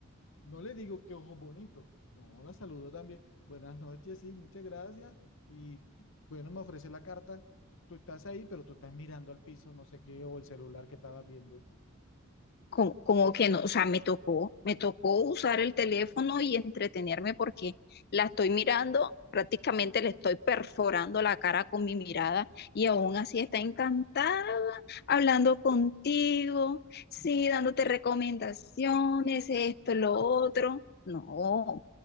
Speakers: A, on the left; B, on the left.
A: No le digo que ojos bonitos. No, la saludo también. Buenas noches, sí, muchas gracias. Y bueno, me ofrece la carta. Tú estás ahí, pero tú estás mirando al piso, no sé qué, o el celular que estabas viendo tú.
B: como, como que no, o sea, me tocó, me tocó usar el teléfono y entretenerme porque la estoy mirando, prácticamente le estoy perforando la cara con mi mirada y aún así está encantada hablando contigo, sí, dándote recomendaciones, esto, lo otro. No,